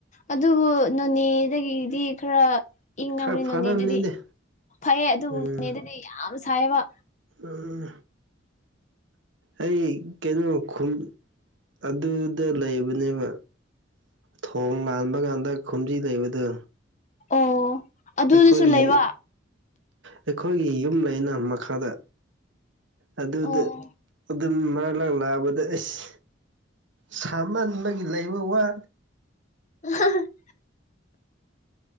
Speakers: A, on the left; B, on the right.
A: ꯑꯗꯨꯕꯨ ꯅꯣꯅꯦꯗꯒꯤꯗꯤ ꯈꯔ ꯏꯪꯉꯕꯅꯤ
B: ꯈꯔ
A: ꯅꯣꯅꯦꯗꯗꯤ
B: ꯐꯔꯝꯅꯤꯅꯦ
A: ꯐꯩꯌꯦ ꯑꯗꯨꯕꯨ
B: ꯎꯝ
A: ꯅꯣꯅꯦꯗꯗꯤ ꯌꯥꯝ ꯁꯥꯏꯌꯦꯕ
B: ꯎꯝ ꯑꯩ ꯀꯩꯅꯣ ꯈꯨꯝ ꯑꯗꯨꯗ ꯂꯩꯕꯅꯦꯕ ꯊꯣꯡ ꯂꯥꯟꯕ ꯀꯥꯟꯗ ꯈꯨꯟꯕꯤ ꯂꯩꯕꯗꯣ
A: ꯑꯣ ꯑꯗꯨꯗꯁꯨ
B: ꯑꯩꯈꯣꯏꯒꯤ
A: ꯂꯩꯕ
B: ꯑꯩꯈꯣꯏꯒꯤ ꯌꯨꯝ ꯂꯩꯅ ꯃꯈꯥꯗ ꯑꯗꯨꯗ
A: ꯑꯣ
B: ꯑꯗꯨꯝ ꯃꯔꯛ ꯂꯛ ꯂꯥꯛꯄꯗ ꯑꯁ ꯁꯥꯃꯟꯕꯒꯤ ꯂꯩꯕ ꯋꯥ
A: ꯑꯥꯍꯥ <unintelligible>